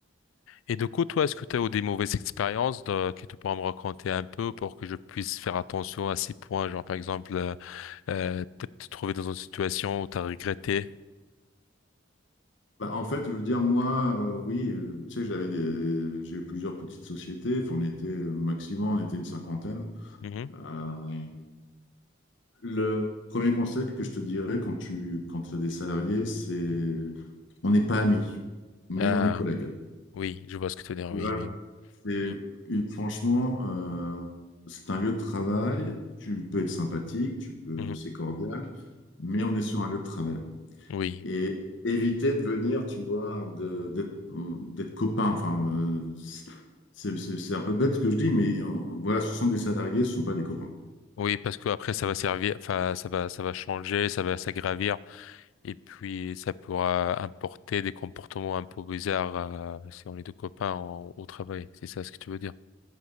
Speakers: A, on the left; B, on the left.
A: Et du coup, toi, est-ce que tu as eu des mauvaises expériences de- que tu pourras me raconter un peu pour que je puisse faire attention à ces points? Genre, par exemple, euh, euh, peut-être te trouver dans une situation où tu as regretté.
B: Bah, en fait, je veux dire, moi, euh, oui, euh, tu sais, j'avais des- j'ai eu plusieurs petites sociétés. Enfin, on était, euh, maximum, on était une cinquantaine.
A: Mhm.
B: Euh, le premier conseil que je te dirais quand tu quand as des salariés, c'est on n'est pas amis, mais
A: Ah,
B: on est collègues.
A: oui, je vois ce que tu veux dire.
B: Tu
A: Oui,
B: vois, c'est
A: oui.
B: une- franchement, euh, c'est un lieu de travail. Tu peux être sympathique, tu peux,
A: Mhm.
B: c'est cordial, mais on est sur un lieu de travail.
A: Oui,
B: Et éviter de venir, tu vois, de- d'être d'être copain. Enfin, euh, c'est c'est- c'est un peu bête ce que je dis, mais euh, voilà, ce sont des salariés, ce sont pas des copains.
A: oui, parce que après ça va servir, enfin ça va, ça va changer, ça va s'aggravir, et puis ça pourra importer des comportements un peu bizarres euh, si on est deux copains en- au travail. C'est ça ce que tu veux dire?